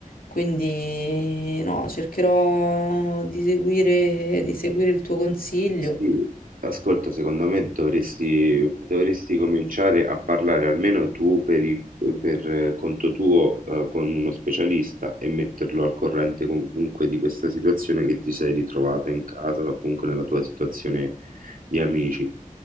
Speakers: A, on the left; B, on the right.
A: Quindi no, cercherò di seguire, di seguire il tuo consiglio.
B: Sì, ascolta, secondo me dovresti, dovresti cominciare a parlare almeno tu per, i- per eh, conto tuo, eh, con uno specialista e metterlo al corrente comunque di questa situazione che ti sei ritrovata in casa o comunque nella tua situazione di amici.